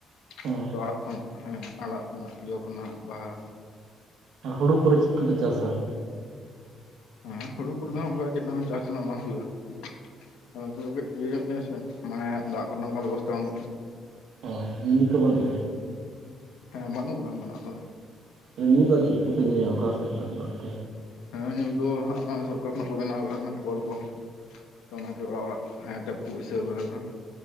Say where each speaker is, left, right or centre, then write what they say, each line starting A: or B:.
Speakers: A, on the left (about 85°); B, on the right (about 80°).
A: ᱾
B: ᱦᱮᱸ
A: ᱛᱚ ᱟᱲᱟᱜ ᱠᱷᱚᱱ ᱦᱮᱸ ᱟᱲᱟᱜ ᱠᱷᱚᱱᱟᱜ ᱡᱚ ᱠᱷᱚᱱᱟᱜ ᱵᱟᱦᱟ᱾
B: ᱟᱨ ᱦᱩᱲᱩ ᱯᱚᱨᱮ ᱪᱤᱫ ᱠᱚᱯᱮ ᱪᱟᱥᱟ?
A: ᱦᱮᱸ ᱦᱩᱲᱩ ᱠᱚᱨᱮ ᱫᱚᱦᱟᱸᱜ ᱚᱱᱠᱟ ᱪᱮᱫ ᱦᱚᱸ ᱪᱟᱥ ᱫᱚᱱᱟᱜ ᱵᱟᱝ ᱦᱩᱭᱩᱜᱼᱟ ᱾ ᱚᱱᱟ ᱛᱮ ᱫᱷᱟᱵᱤᱡ ᱤᱭᱟᱹ ᱧᱚᱜ ᱜᱮᱭᱟ ᱥᱮ ᱢᱟᱱᱮ ᱫᱟᱜ ᱠᱚᱨᱮᱱᱟᱜ ᱚᱱᱠᱟ ᱵᱮᱵᱚᱥᱛᱷᱟ ᱵᱟᱹᱱᱩᱜ
B: ᱚ ᱢᱤᱱᱤ ᱠᱚ ᱵᱟᱹᱱᱩᱜᱼᱟ?
A: ᱦᱮᱸ ᱵᱟᱹᱱᱩᱜ ᱠᱟᱜ ᱚᱱᱠᱟᱱᱟᱜ ᱫᱚ ᱾
B: ᱛᱟᱦᱞᱮ ᱧᱩ ᱫᱟᱜ ᱪᱮᱫ ᱠᱚᱯᱮ ᱧᱩᱭᱟ ᱚᱠᱟᱥᱮᱫ ᱨᱮᱱᱟᱜ ᱫᱟᱜ ᱛᱮ?
A: ᱦᱮᱸ ᱧᱩ ᱫᱚ ᱦᱟᱸᱜ ᱱᱟ ᱥᱚᱨᱠᱟᱨ ᱠᱷᱚᱱᱟᱜ ᱠᱚ ᱵᱮᱱᱟᱣ ᱣᱟᱠᱟᱜᱼᱟ ᱦᱩᱱᱟᱹ ᱠᱚᱞ ᱠᱚ ᱾ ᱛᱚ ᱚᱱᱟ ᱜᱮ ᱚᱲᱟᱜ ᱚᱲᱟᱜ ᱦᱮᱸ ᱴᱮᱯ ᱠᱚ ᱵᱟᱹᱭᱥᱟᱹᱣ ᱠᱟᱫᱟ ᱱᱟᱦᱟᱸᱜ᱾